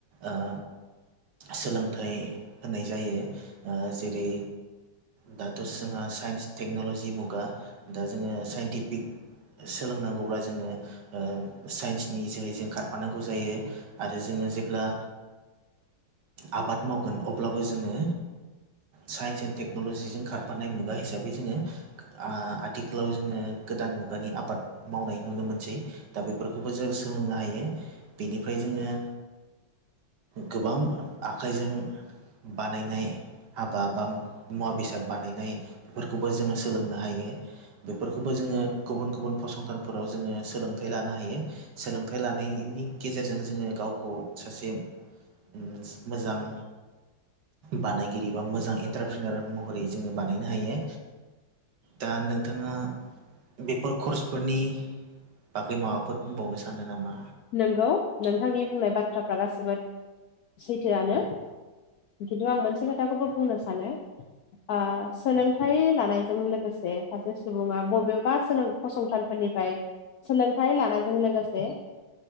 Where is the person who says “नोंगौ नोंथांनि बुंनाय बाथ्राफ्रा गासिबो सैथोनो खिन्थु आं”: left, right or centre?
Left